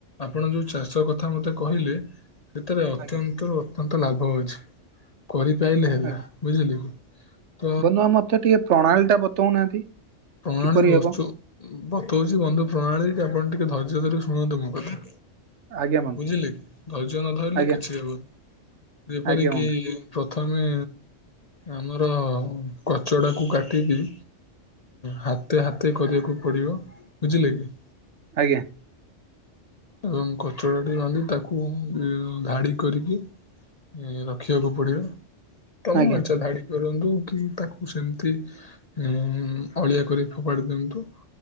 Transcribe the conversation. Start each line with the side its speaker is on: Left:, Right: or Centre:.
Left: ଆପଣ ଯୋଉ ଚାଷ କଥା ମତେ କହିଲେ? ସେଥିରେ ଅତ୍ୟନ୍ତରୁ
Right: ଆଜ୍ଞା
Left: ଅତ୍ୟନ୍ତ ଲାଭ ଅଛି କରିପାରିଲେ ହେଲା
Right: ଆଜ୍ଞା
Left: ବୁଝିଲେ କି? ତ
Right: ବନ୍ଧୁ ଆ ମୋତେ ଟିକେ ପ୍ରଣାଳୀଟା ବତଉନାହାନ୍ତି।
Left: ପ୍ରଣାଳୀ
Right: କିପରି ହେବ
Left: ବତାଉଛି ବନ୍ଧୁ ପ୍ରଣାଳୀ ଆପଣ ଟିକେ ଧୈର୍ଯ୍ୟ ଧରିିକି ଶୁଣନ୍ତୁ ମୋ କଥା।
Right: ଆଜ୍ଞା ବନ୍ଧୁ
Left: ବୁଝିଲେ କି ଧୈର୍ଯ୍ୟ ନ ଧରିଲେ
Right: ଆଜ୍ଞା
Left: କିଛି ହେବନି ଯେପରି
Right: ଆଜ୍ଞା
Left: କି?
Right: ବନ୍ଧୁ
Left: ପ୍ରଥମେ ଆମର କଚଡ଼ାକୁ କାଟିକି ହାତେ ହାତେ କରିବାକୁ ପଡ଼ିବ ବୁଝିଲେ କି?
Right: ଆଜ୍ଞା।
Left: ଏବଂ କଚଡ଼ାଟି ବାନ୍ଧି ତାକୁ ଉ ଧାଡି କରିକି ଉମ ରଖିବାକୁ ପଡ଼ିବ। ତମ
Right: ଆଜ୍ଞା
Left: ଇଛା ଧାଡି କରନ୍ତୁ କି ତାକୁ ସେମିତି ଉମ ଅଳିଆ କରି ଫୋପାଡି ଦିଅନ୍ତୁ